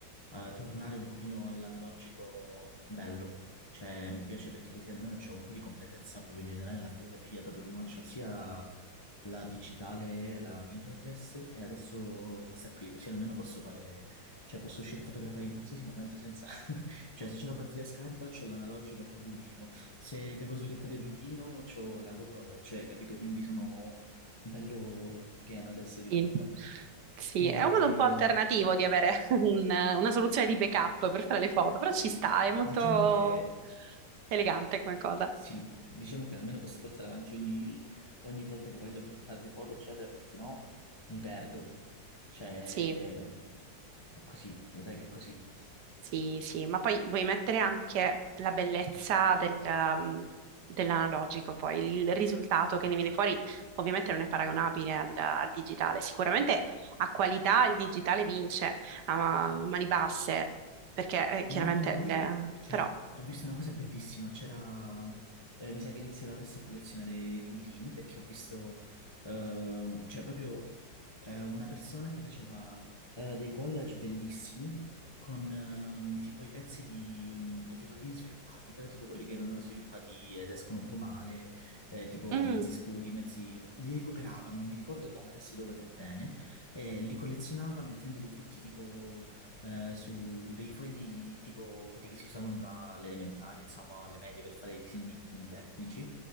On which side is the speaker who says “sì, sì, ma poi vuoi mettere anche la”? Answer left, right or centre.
Right